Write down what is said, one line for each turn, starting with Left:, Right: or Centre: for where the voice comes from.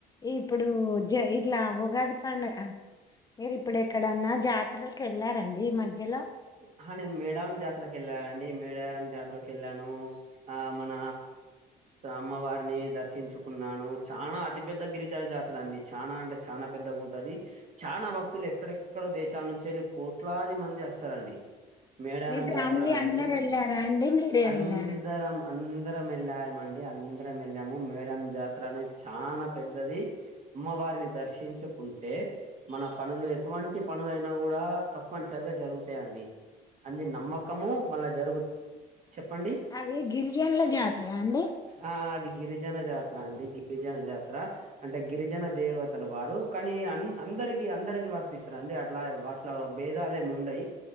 Left: ఇప్పుడు జ ఇట్లా ఉగాది పండు డగా మీరు ఇప్పుడు ఎక్కడన్నా జాతరకి వెళ్లారండి ఈ మధ్యలో
Right: అ ఆహా నేను మేడారం జాతరకు వెళ్ళానుండి మేడారం జాతరకు వెళ్ళాను ఆ మన అమ్మవారిని దర్శించుకున్నాను చాలా అతి పెద్ద గిరిజన జాతర అండి చానా అంటే చానా పెద్దది ఉంటది చాలా భక్తులు ఎక్కడెక్కడో దేశాల నుంచి వెళ్ళి కోట్లాది మంది వస్తారండి మేడారం
Left: మీ ఫ్యామిలీ
Right: జాతర అనేది
Left: అందరు వెళ్ళారా అండి మీరే
Right: అందరం
Left: వెళ్ళారా
Right: అందరం వెళ్ళామండి అందరం వెళ్ళాము మేడారం జాతర అనేది చాల పెద్దది అమ్మవారిని దర్శించుకుంటే మన పనులు ఎటువంటి పనులైనా కూడా తప్పనిసరిగా జరుగుతాయి అండి అది నమ్మకము మళ్ళా జరుగుతాయి చెప్పండి
Left: అది గిరిజనుల జాతర అండి
Right: ఆ అది గిరిజన జాతర అండి గిరిజన జాతర అంటే గిరిజన దేవతలు వారు కానీ అంద అందరికి అందరికి వర్తిస్తారండి అండి అట్లా అట్ల భేదాలు ఏమి ఉండవు